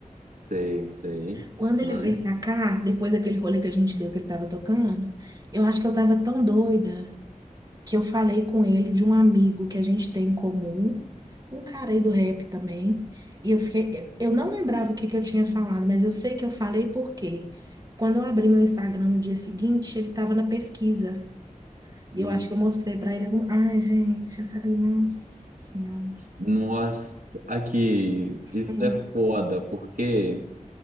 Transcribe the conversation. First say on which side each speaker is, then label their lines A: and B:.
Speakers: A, on the right (about 85°); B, on the right (about 25°).
A: sei, sei,
B: Quando
A: demais.
B: ele veio pra cá, depois daquele rolê que a gente deu que ele tava tocando, eu acho que eu tava tão doida. que eu falei com ele de um amigo que a gente tem em comum, um cara aí do rap também. E eu fiquei, eu não lembrava o que que eu tinha falado, mas eu sei que eu falei porque quando eu abri meu Instagram no dia seguinte, ele estava na pesquisa. E
A: Hum.
B: eu acho que eu mostrei para ele algum... Ai, gente, eu falei, nossa senhora.
A: Nossa, aqui, isso
B: Hum,
A: é foda, porque